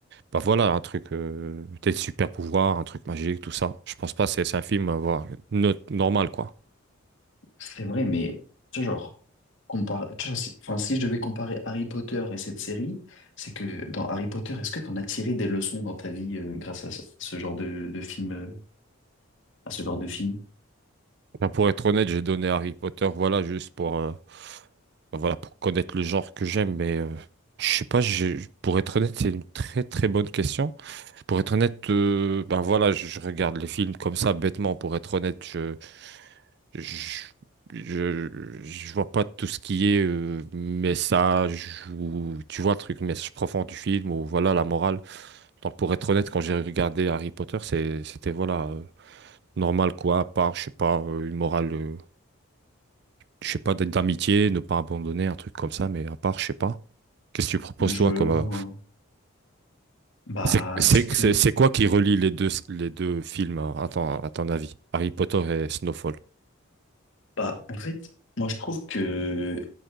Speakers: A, on the right; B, on the left.
A: Bah voilà, un truc, euh, être super pouvoirs, un truc magique, tout ça. Je pense pas, c'est c'est un film, euh, voilà, no- normal quoi.
B: C'est vrai, mais ce genre, Compar- tu vois, si- Enfin, si je devais comparer Harry Potter et cette série, c'est que dans Harry Potter, est-ce que tu en as tiré des leçons dans ta vie euh, grâce à ce ce genre de, de film, euh, à ce genre de film?
A: Bah, pour être honnête, j'ai donné Harry Potter, voilà, juste pour, euh, bah, voilà, pour connaître le genre que j'aime, mais euh, je sais pas, j'ai- pour être honnête, c'est une très très bonne question. Pour être honnête, euh, ben voilà, je, je regarde les films comme ça, bêtement. Pour être honnête, je, je, je, je vois pas tout ce qui est euh, message ou tu vois le truc, message profond du film ou voilà la morale. Donc pour être honnête, quand j'ai regardé Harry Potter, c'est, c'était voilà euh, normal quoi, à part je sais pas euh, une morale, euh, je sais pas d'amitié, ne pas abandonner, un truc comme ça, mais à part je sais pas. Qu'est-ce que tu proposes
B: Je
A: toi comme
B: vois.
A: euh,
B: Bah,
A: C'est c'est-
B: c'est que,
A: c'est- c'est quoi qui relie les deux, les deux films hein, à ton, à ton avis? Harry Potter et Snowfall.
B: bah, en fait, moi je trouve que,